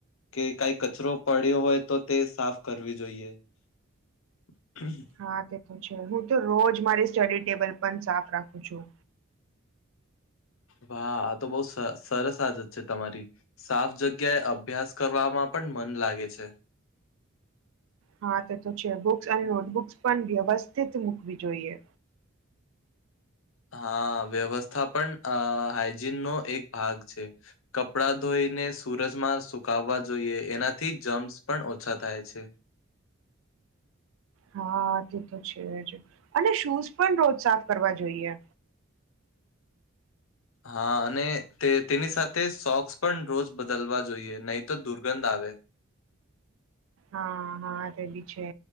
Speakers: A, on the left; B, on the right.
A: કે કઈ કચરો પડ્યો હોય તો તે સાફ કરવી જોઈએ. <unintelligible> <inaudible>
B: હા તે તો છે, હું તો રોજ મારી સ્ટડી ટેબલ પણ સાફ રાખું છું.
A: વાહ આ તો બહુ સ સરસ આદત છે, તમારી. સાફ જગ્યાએ અભ્યાસ કરવામાં પણ મન લાગે છે.
B: હા તે તો છે, બુક્સ અને નોટબુક્સ પણ વ્યવસ્થિત મૂકવી જોઈએ.
A: હા વ્યવસ્થા પણ અ હાઈજીન નો એક ભાગ છે. કપડાં ધોઈને સૂરજમાં સુકાવવા જોઈએ એનાથી જમ્સ પણ ઓછા થાય છે.
B: હા તે તો છે, જ અને શૂઝ પણ રોજ સાફ કરવા જોઈએ
A: હા અને તે તેની સાથે જ સોક્સ પણ રોજ બદલવા જોઈએ નહી તો દુર્ગંધ આવે
B: હા હા તે બી છે,